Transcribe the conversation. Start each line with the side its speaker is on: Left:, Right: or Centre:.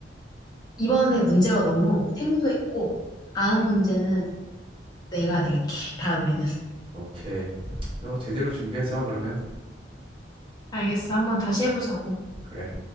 Left: 이번에 문제가 너무 생소했고, 다음 문제는 내가 낼게. 다음에는.
Right: 오케이. 너 제대로 준비해서 와, 그러면.
Left: 알겠어. 한번 다시 해보자고.
Right: 그래.